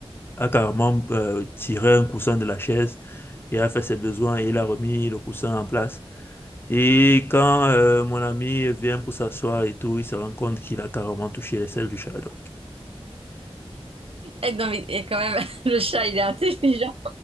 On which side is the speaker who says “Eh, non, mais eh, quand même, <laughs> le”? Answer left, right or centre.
Right